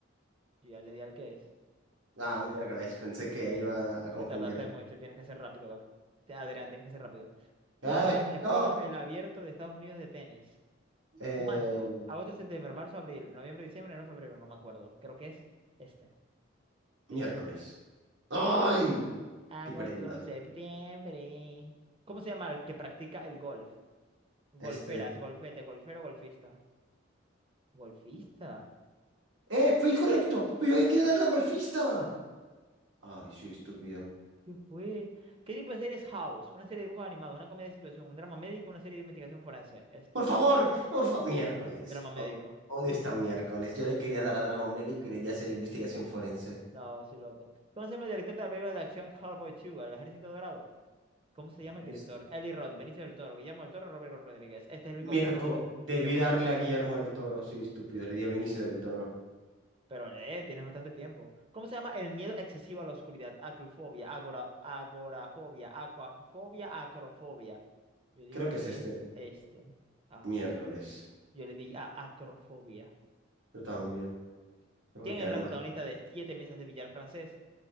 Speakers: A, on the right (about 30°); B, on the right (about 80°).
A: Yo ya le di al que es.
B: Ah, miércoles. Pensé que iba a confundirlo.
A: Te tardaste mucho, tienes que ser rápido, Gabriel. Te- Adrián, tienes que ser rápido. ¿Cuándo
B: ¡Eh!
A: se juega
B: ¡No!
A: el abierto de Estados Unidos de tenis?
B: Eh,
A: ¿Cuándo? Agosto, septiembre, marzo, abril, noviembre, diciembre, no febrero, no me acuerdo. Creo que es este. Sí.
B: miércoles. ¡Ay!
A: Agosto,
B: Estoy perdiendo.
A: septiembre. ¿Cómo se llama el que practica el golf? Golferas,
B: Este.
A: golfete, golfero, golfista. Golfista.
B: ¡Eh! Fue incorrecto. Pero yo quería dar la golfista. Ay, sí, estúpido.
A: ¿Qué fue? ¿Qué tipo de serie es House? Una serie de dibujos animados, una comedia de situación, un drama médico, una serie de investigación forense. Esto,
B: Por favor, por favor. Miércoles.
A: un drama médico.
B: O- Odio esta miércoles. Yo le quería dar a drama médico y debía hacer investigación forense.
A: No, soy loco. ¿Cómo se llama el director de la película de acción Hellboy 2, El Ejército Dorado? ¿Cómo se llama
B: Este.
A: el director? Eli Roth, Benicio del Toro, Guillermo del Toro, Robert Rodríguez. Este es el único
B: Miércoles.
A: que conozco, Guillermo
B: Debí darle
A: del Toro.
B: a Guillermo del Toro. Soy estúpido. Le di a Benicio del Toro.
A: Pero lee, tienes bastante tiempo. ¿Cómo se llama el miedo excesivo a la oscuridad? Aclufobia, agora, agorafobia, acuafobia, acrofobia. Yo digo
B: Creo que
A: que
B: es este.
A: es este. Ah,
B: Miércoles.
A: yo le di a acrofobia.
B: Yo también. No
A: ¿Quién
B: me quedar
A: es la
B: mal.
A: protagonista de Siete Mesas de Billar Francés?